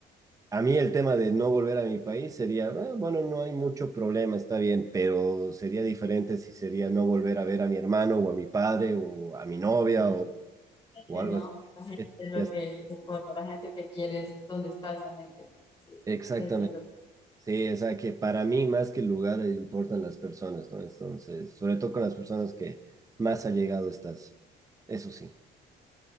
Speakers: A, on the right; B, on the left.
A: a mí el tema de no volver a mi país sería, "Ah, bueno, no hay mucho problema, está bien, pero sería diferente si sería no volver a ver a mi hermano o a mi padre o a mi novia
B: Sí,
A: o,
B: gente,
A: o algo
B: no,
A: así.
B: la gente
A: Es-
B: es lo
A: es-
B: que importa, la gente que quieres, ¿dónde está esa gente? No, sí,
A: Exactamente.
B: te entiendo,
A: Sí, o sea, que para mí más que el lugar eh, importan las personas, ¿no? Entonces, sobre todo con las personas que más allegado estás. Eso sí.